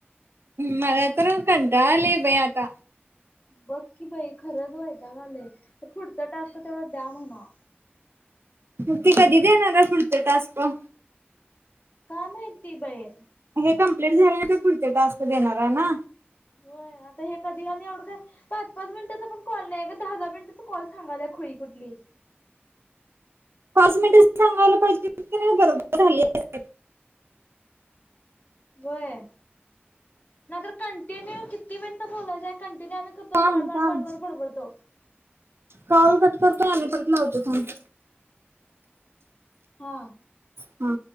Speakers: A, on the right (about 70°); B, on the left (about 45°).
A: मला तर कंटाळा आलंय बाई आता.
B: बघ की बाई खरंच वैताग आलय पुढचा टास्क तेवढा द्या म्हणा.
A: बग की कधी देणार हाय पुढच टास्क?
B: काय माहिती बाई.
A: हे कम्प्लीट झाल्यानंतर पुढचे टास्क देणार आहे ना?
B: होय, आता हे कधी आणि एवढं काय पाच पाच मिनटाचा पण कॉल नाही गं, दहा दहा मिनिटाचा कॉल सांगाल्या खुळी कुठली.
A: पाच मानिटं सांगायला पाहिजे की नाही बरोबर झाली आसतीत.
B: होय, नाही तर कंटिन्यू किती मिनिटं बोलायचंय, कंटिन्यू आम्ही करतो
A: थांब
B: आणि बाडबाडबाड
A: थांब
B: बाड बडबडतो.
A: कॉल कट करतो आणि परत लावतो थांब.
B: हा
A: हा